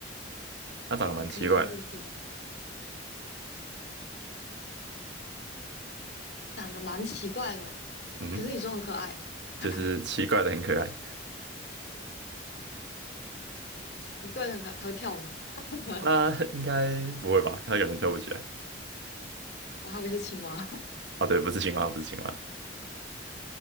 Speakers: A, on the right (about 65°); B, on the left (about 55°).
A: 它长得蛮奇怪的。
B: 也可以在陆地，长得蛮奇怪的哦
A: 嗯，
B: 可是你说很可爱，<laughs>
A: 就是奇怪的很可爱。
B: 奇怪的很可爱，它会跳吗？<laughs>
A: 它 <laughs> 应该不会吧？它可能跳不起来。
B: 我还以为是青蛙，
A: 哦，对，不是青蛙，不是青蛙，